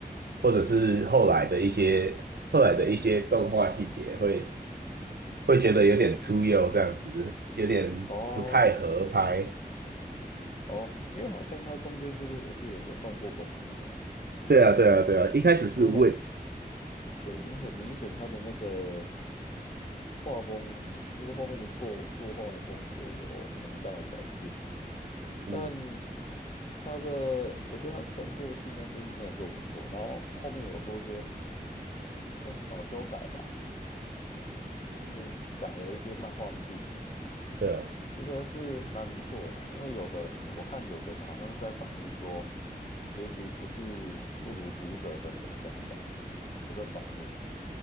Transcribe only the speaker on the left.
哦哦，因为好像他中间是不是我记得有换过公司啊？
因为他们
对，因为很明显，他的那个画风，就是后面的作作画的风格有蛮大的改变，
但他的，我觉得他动作戏那些是真的做得不错，然后后面有做一些算是小修改吧，就是改了一些漫画的剧情，
觉得是蛮不错的啦。因为有的人，我看有的人好像在反映说，结局不是不如读者的想法，有在反映，